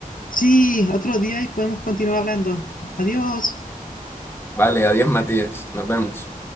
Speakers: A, on the left; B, on the left.
A: Sí, otro día y podemos continuar hablando. Adiós.
B: Vale, adiós, Matías. Nos vemos.